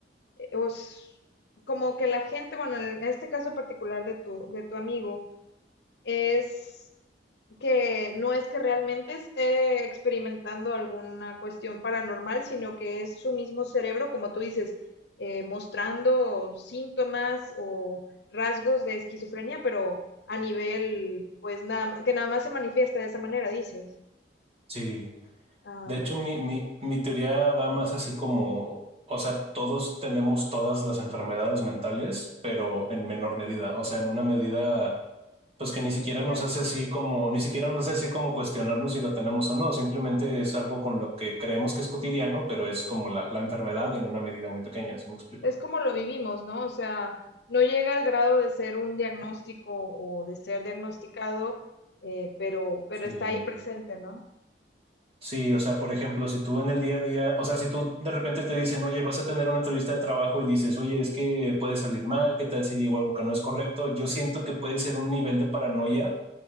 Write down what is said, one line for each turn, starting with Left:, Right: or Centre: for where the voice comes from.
Left: eh, os- como que la gente, bueno, en este caso particular de tu, de tu amigo, es que no es que realmente esté experimentando alguna cuestión paranormal, sino que es su mismo cerebro, como tú dices, eh, mostrando síntomas o rasgos de esquizofrenia, pero a nivel, pues nada, ma- que nada más se manifiesta de esa manera, dices.
Right: Sí,
Left: Ah,
Right: De
Left: ok.
Right: hecho, mi, mi, mi teoría va más así como, o sea, todos tenemos todas las enfermedades mentales, pero en menor medida, o sea, en una medida, pues que ni
Left: Ujú,
Right: siquiera nos
Left: ya.
Right: hace así como, ni siquiera nos hace así como cuestionarnos si la tenemos o no, simplemente es algo con lo que creemos que es cotidiano, pero es como la, la enfermedad en una medida muy pequeña, ¿se me explico?
Left: Es como lo vivimos, ¿no? O sea, no llega al grado de ser un diagnóstico o de ser diagnosticado, eh, pero, pero
Right: Sí
Left: está ahí presente, ¿no?
Right: Sí, o sea, por ejemplo, si tú en el día a día, o sea, si tú de repente te dicen, oye, vas a tener una entrevista de trabajo y dices, oye, es que puede salir mal, ¿qué tal si digo algo que no es correcto? Yo siento que puede ser un nivel de paranoia,